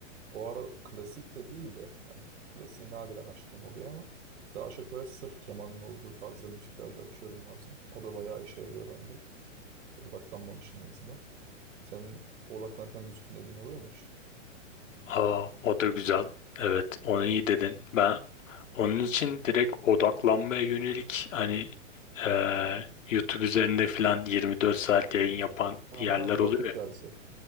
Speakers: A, on the right; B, on the left.
A: O ara klasik de değil de hani klasiği nadiren açtığım oluyor ama daha çok böyle sırf kemanın olduğu tarzda müzikler de açıyorum bazen. O da bayağı işe yarıyor bende. Odaklanmam için en azından. Senin odaklanırken müzik dinlediğin oluyor mu hiç?
B: Aa, o da güzel. Evet, onu iyi dedin. Ben onun için direkt odaklanmaya yönelik hani e, YouTube üzerinde filan 24 saat yayın yapan
A: Aha,
B: yerler
A: ha,
B: oluyor
A: lofi
B: ya.
A: tarzı.